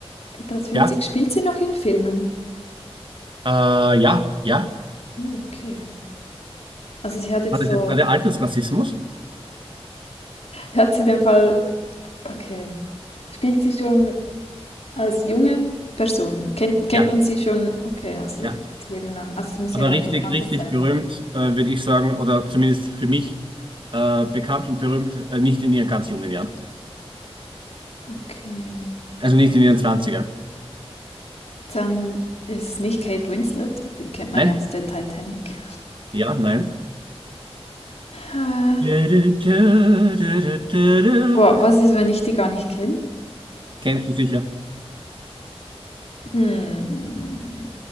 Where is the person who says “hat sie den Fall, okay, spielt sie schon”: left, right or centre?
Left